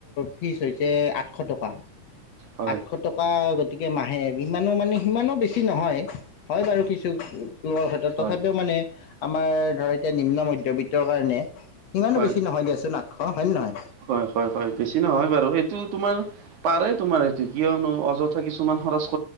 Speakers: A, on the left; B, on the right.
A: ফিচ হৈছে আঠশ টকা
B: হয়
A: আঠশ টকা গতিকে মাহে ইিমানো মানে সিমানো বেছি নহয় হয় বাৰু কিছুমানৰ ক্ষেত্ৰত
B: হয়
A: তথাপিও মানে আমাৰ ধৰ এতিয়া নিম্ন মধ্যবিত্তৰ কাৰণে ইমানো
B: হয়
A: বেছি নহয় দিয়াচোন আঠশ হয় নে নহয়
B: হয় হয় হয় বেছি নহয় বাৰু এইটো তোমাৰ পাৰে তোমাৰ কিয়নো অযথা কিছুমান সৰচ